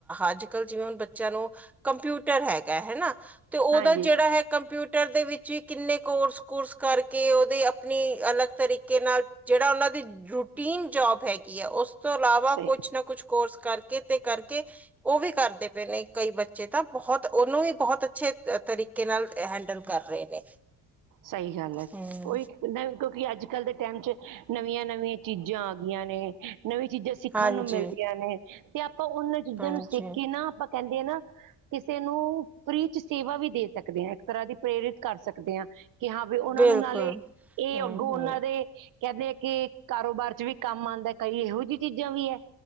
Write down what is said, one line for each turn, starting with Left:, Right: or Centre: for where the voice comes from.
Centre: ਅੱਜ ਕੱਲ ਜਿਵੇਂ ਹੁਣ ਬੱਚਿਆਂ ਨੂੰ, ਕੰਪਿਊਟਰ ਹੈਗਾ, ਹੈਨਾ। ਤੇ ਉਹਦਾ
Right: ਹਾਂਜੀ
Centre: ਜਿਹੜਾ ਹੈ ਕੰਪਿਊਟਰ ਦੇ ਵਿੱਚ ਵੀ ਕਿੰਨੇ ਕੋਰਸ- ਕੂਰਸ ਕਰ, ਕੇ ਉਹਦੇ ਆਪਣੀ ਅਲੱਗ ਤਰੀਕੇ ਨਾਲ ਜਿਹੜਾ ਉਹਨਾਂ ਦੀ ਰੂਟੀਨ ਜੋਬ ਹੈਗੀ ਆ ਉਸ, ਉਸ ਤੋਂ ਇਲਾਵਾ
Right: ਸਹੀ
Centre: ਕੁੱਛ ਨਾ ਕੁੱਛ ਕੋਰਸ ਕਰਕੇ ਤੇ ਕਰਕੇ ਉਹ ਵੀ ਕਰਦੇ ਪਏ ਨੇ ਕਈ ਬੱਚੇ ਤਾਂ। ਬਹੋਤ ਉਹਨੂੰ ਵੀ ਬਹੋਤ ਅੱਛੇ ਤਰੀਕੇ ਨਾਲ ਹੈਂਡਲ ਕਰ ਰਹੇ ਨੇ।
Right: ਸਹੀ ਗੱਲ ਐ,
Centre: ਹਮ
Right: ਓ ਇਕ- ਕਿਉਂਕਿ ਅੱਜ ਕੱਲ ਦੇ ਟਾਈਮ ਚੱ ਨਵੀਆਂ- ਨਵੀਆਂ ਚੀਜ਼ਾਂ ਆ ਗਈਆਂ ਨੇ, ਨਵੀਂ ਚੀਜ਼ਾਂ ਸਿੱਖਣ
Centre: ਹਾਂਜੀ,
Right: ਨੂੰ ਮਿਲਦੀਆਂ ਨੇ, ਤੇ ਆਪਾਂ ਉਹਨਾਂ ਚੀਜ਼ਾਂ
Centre: ਹਾਂਜੀ
Right: ਨੂੰ ਸਿੱਖ ਕੇ ਨਾ, ਆਪਾਂ ਕਹਿੰਦੇ ਆ ਨਾ ਕਿਸੇ ਨੂੰ ਫ੍ਰੀ ਚੱ ਸੇਵਾ ਵੀ ਦੇ ਸਕਦੇ ਹਾਂ ਇੱਕ ਤਰਾਂ ਦੀ ਪ੍ਰੇਰਿਤ ਕਰ ਸਕਦੇ ਹਾਂ। ਕਿ ਹਾਂ ਵੀ ਉਹਨਾਂ
Centre: ਬਿਲਕੁਲ
Right: ਨੂੰ ਨਾਲੇ, ਇਹ
Centre: ਹੂੰ-ਹੂੰ,
Right: ਅੱਗੋਂ ਉਹਨਾਂ ਦੇ ਕਹਿੰਦੇ ਕਿ ਕਾਰੋਬਾਰ ਚ ਵੀ ਕੰਮ ਆਂਦਾ ਕਈ ਇਹੋ ਜਿਹੀ ਚੀਜ਼ਾਂ ਵੀ ਹੈ,